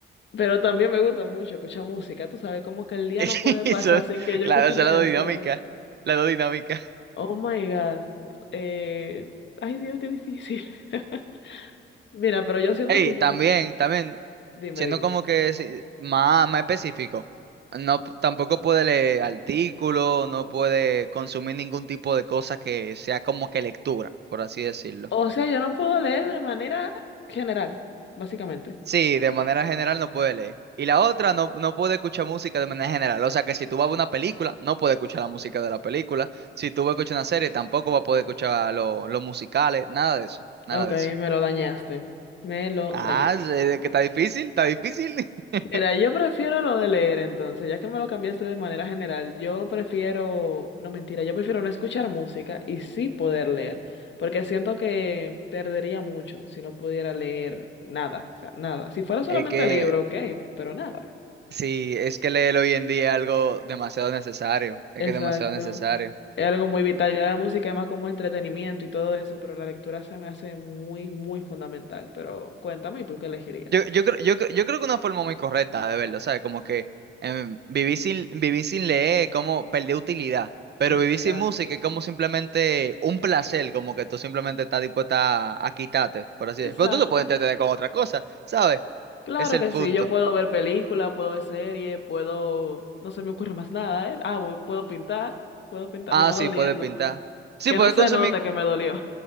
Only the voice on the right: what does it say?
<laughs>
Y
son-
claro,
son las
dos dinámica la dos dinámicas.
Ey,
también,
también,
siendo
como que si- más, más específico, no, p- tampoco puede leer artículos, no puede consumir ningún tipo de cosa que sea como que lectura, por así decirlo.
Sí, de manera general no puede leer. Y la otra, no, no puede escuchar música de manera general. O sea que si tú vas a ver una película, no puede escuchar la música de la película. Si tú vas a escuchar una serie, tampoco va a poder escuchar lo- los musicales, nada de eso, nada
de eso.
Ah,
sí, es que está difícil, está difícil. <laughs>
Es que
sí, es que leer hoy en día es algo demasiado necesario. Es
que es demasiado necesario.
Yo, yo, creo- yo, creo- yo creo que una forma muy correcta de verlo, ¿sabes? Como que em, vivir sin, vivir sin leer es como perder utilidad, pero
vivir sin música es como simplemente un placer, como que tú simplemente estás dispuesta a, a quitarte, por así
decirlo. Pero tú te puedes entretener con otra cosa, ¿sabes?
Es el
punto.
Ah,
sí,
puedes pintar. Sí,
puedes
consumir,